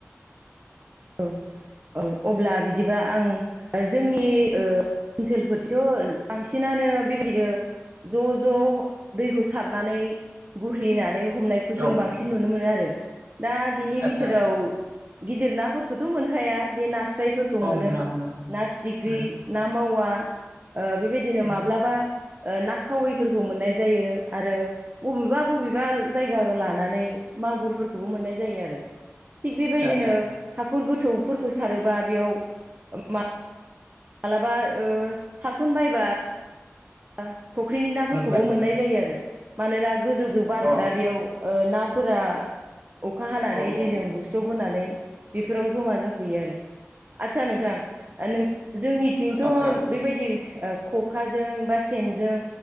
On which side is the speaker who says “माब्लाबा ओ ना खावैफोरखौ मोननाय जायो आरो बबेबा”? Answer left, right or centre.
Right